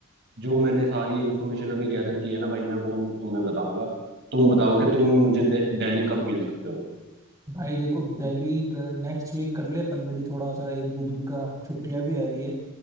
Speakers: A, on the right; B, on the right.
A: जो
B: हो
A: मैंने सारी इन्फॉर्मेशन अभी गैदर की है ना भाई मैं वो तुम्हें बताऊंगा तुम बताओ कि तुम मुझे दे- दिल्ली कब मिल सकते हो
B: भाई देखो दिल्ली नेक्स्ट वीक कर ले अपन मेरी थोड़ा सा एक दो दिन का छुट्टियां भी आ रही है